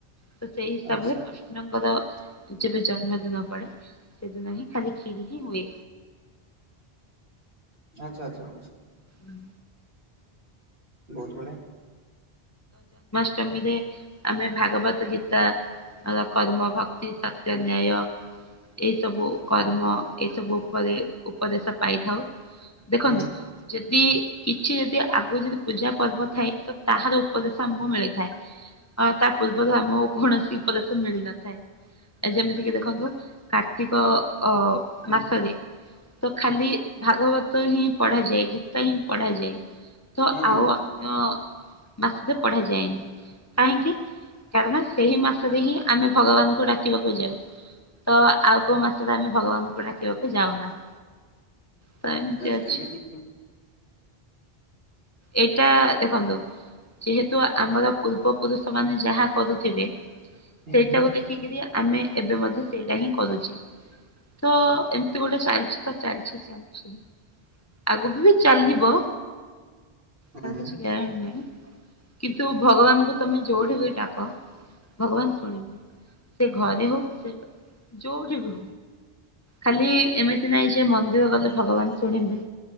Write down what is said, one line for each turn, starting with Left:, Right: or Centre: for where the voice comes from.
Left: ତ ସେଇ ହିସାବରେ
Right: ଆଚ୍ଛା
Left: କୃଷ୍ଣଙ୍କର ଯେବେ ଜନ୍ମଦିନ ପଡେ ସେଦିନ ହିଁ ଖାଲି କ୍ଷିରି ହିଁ ହୁଏ
Right: ଆଚ୍ଛା ଆଚ୍ଛା
Left: ହୁଁ
Right: ବହୁତ ବଢ଼ଆ
Left: ଅଷ୍ଟମୀରେ ଆମେ ଭାଗବତ ଗୀତା କର୍ମ ଭକ୍ତି ସତ୍ୟ ନ୍ୟାୟ ଏଇସବୁ କର୍ମ ଏଇସବୁ ଉପରେ ଉପଦେଶ ପାଇଥାଉ ଦେଖନ୍ତୁ
Right: ହୁଁ
Left: ଯଦି କିଛି ଯଦି ଆଗରୁ ଯଦି ପୂଜା ପର୍ବ ଥାଏ ତ ତାହାର ଉପଦେଶ ଆମକୁ ମିଳିଥାଏ ତା ପୂର୍ବରୁ ଆମକୁ କୌଣସି ଉପଦେଶ ମିଳିନଥାଏ ଯେମିତିକି ଦେଖନ୍ତୁ କାର୍ତ୍ତିକ ଅ
Right: ହୁଁ
Left: ମାସରେ ତ ଖାଲି ଭାଗବତ ଗୀତ ହିଁ ପଢାଯାଏ ଗୀତ ହିଁ ପଢାଯାଏ ତ
Right: ହୁଁ
Left: ଆଉ
Right: ହୁଁ,
Left: ଅନ୍ୟ ମାସରେ ପଢା ଯାଏନି କାହିଁକି କାରଣ ସେଇ ମାସରେ ହିଁ ଆମେ ଭଗବାନଙ୍କୁ ଡାକିବାକୁ ଯାଉ ତ ଆଉ କୋଉ ମାସରେ ଆମେ ଭଗବାନଙ୍କୁ ଡାକିବାକୁ ଯାଉନାହୁଁ ତ ଏମିତି
Right: ସେମିତି
Left: ଅଛି ଏଇଟା ଦେଖନ୍ତନ୍ତୁ ଯେହେତୁ ଆମର ପୂର୍ବ ପୁରୁଷ ମାନେ ଯାହା କରୁଥିବେ
Right: ହୁଁ
Left: ସେଇଟାକୁ
Right: ହୁଁ
Left: ଦେଖିକିରି ଆମେ ଏବେ ମଧ୍ୟ ସେଇଟା ହିଁ କରୁଛି ତ ଏମିତି ଗୋଟେ ଚାଲିଛି ତ ଚାଲିଛି ଚାଲିଛି ଆଗକୁ ବି ଚାଲିବ ତାର
Right: ହୁଁ,
Left: କିଛି ଗାରେଣ୍ଟି ନାହିଁ କିନ୍ତୁ ଭଗବାନଙ୍କୁ ତମେ ଯୋଉଠି ବି ଡାକ ଭଗବାନ ଶୁଣିବେ ସେ ଘରେ ହଉ ସେ ଯୋଉଠି ବି ଖାଲି ଏମିତି ନାଇଁ ଯେ ମନ୍ଦିର ଗଲେ ଭଗବାନ ଶୁଣିବ